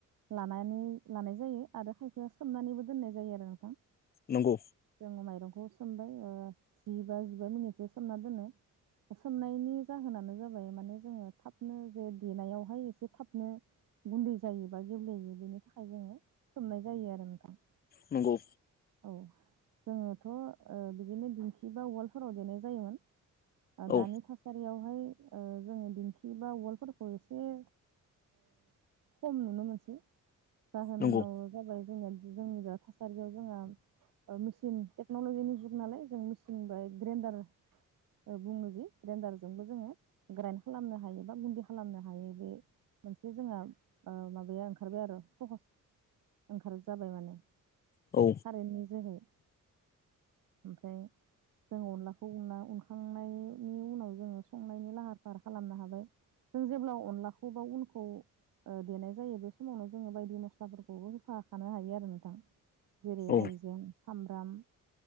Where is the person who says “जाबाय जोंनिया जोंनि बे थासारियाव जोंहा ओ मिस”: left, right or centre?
Right